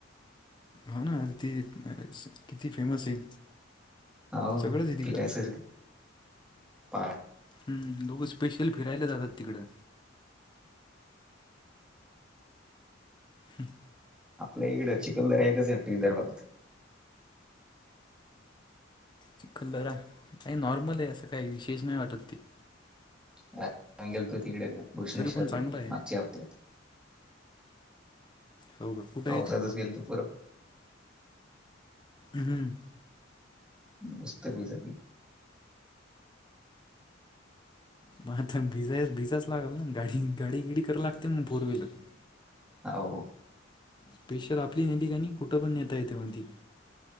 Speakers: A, on the left; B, in the centre.
A: हा ना अर त किती फेमस आहे
B: हो
A: सगळंच आहे तिकडं
B: प्ररास पा
A: हम्म लोघं स्पेशल फिरायला जातात तिकडं हम्
B: आपल्या इकड चिखलदरा एकच हट विदर्भात
A: चिखल दरा का नॉर्मल आहे असं काही विशेष नाही वाटत ते
B: म् गेलतो तिकडे भूषणेश्वरले
A: तरी पण चांगलं आहे
B: मागच्या हप्त्यात
A: हो का कुठं
B: पावसातच
A: आहे ते
B: गेल तर पुरं
A: हम्म
B: नस्त पच
A: मग आता भिजा भिजाच लागल ना गाडी गाडीगिडी कर लागते मग फोर व्हीलर
B: हो
A: स्पेशर आपली नेटिकाणी कुठं पण नेता येते म्हणती